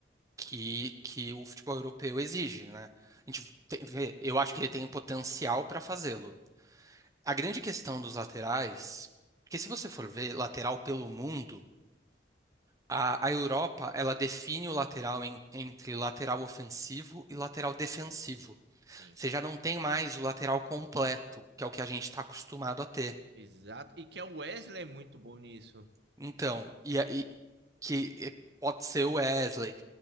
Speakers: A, on the right; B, on the right.
A: que, que o futebol europeu exige, né? A gente tem- vê, eu acho que ele tem potencial para fazê-lo. A grande questão dos laterais, porque se você for ver lateral pelo mundo. A, a Europa, ela define o lateral em- entre lateral ofensivo e lateral defensivo.
B: Sim.
A: Você já não tem mais o lateral completo, que é o que a gente está acostumado a ter.
B: Exato. E que é o Wesley é muito bom nisso.
A: Então, e, aí que e pode ser o Wesley,